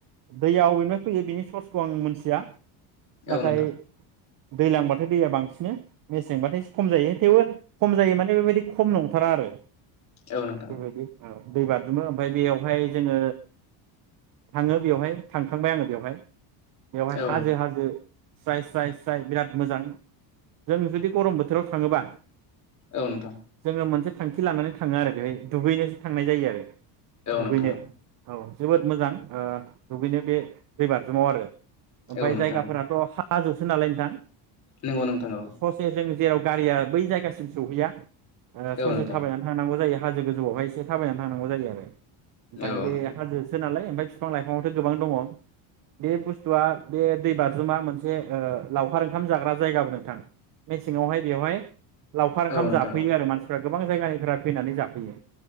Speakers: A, on the right; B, on the left.
A: दैयाव अबेनिफ्राय फैयो बिनि सर्सखौ आं मिथिया नाथाय
B: नोंथां
A: दैलांबाथाय दैया बांसिन मेसेंबाथाय एसे खम जायो थेवबो खम जायो माने बेबायदि खम नंथारा आरो
B: औ नोंथां औ नोंथां
A: बेबायदि औ दै बाज्रुमो ओमफाय बेयाव बेवहाय जोंङो थाङो बेवहाय थांखांबाय आंङो बेवहाय बेवहाय
B: औ
A: हाजो
B: नोंथां
A: हाजो स्राय स्राय स्राय बिराद मोजां जों जुदि गरम बोथोराव थाङोबा
B: औ नोंथां।
A: जोङो मोनसे थांखि लानानै थाङो आरो बेहाय दुगैनोसो थांनाय जायो आरो। दुगैनो
B: नोंथां
A: औ। जोबोद मोजां ओ दुगैनो बे दै बारजुमाव आरो ओमफ्राय
B: औ नोंथां
A: जायगाफोराथ
B: औ
A: हाजो <inaudible> नालाय नोंथां
B: नंगौ नोंथां औ
A: ओ ससे जों जेराव गारिया बै जायगासिम सहैया ससे
B: औ नोंथां
A: थाबायनानै थांनांगौ जायो। हाजो गोजौआवहाय एसे थाबायनानै थांनांगौ जायो आरो। ओमफाय
B: औ
A: बे
B: नोंथां
A: हाजोसो नालाय ओमफ्राय बिफां लाइफाङावथ गोबां दङ बे बुस्थुआ बे दै बाज्रुमा मोनसे ओ लावखार ओंखाम जाग्रा जायगाबो नोंथां मेसेंआवहाय बेवहाय लावखार
B: औ
A: ओंखाम
B: औ नोंथां
A: जाफैयो
B: औ
A: आरो मानसिफ्रा गोबां जायगानिफ्राय फैनानै जाफैयो।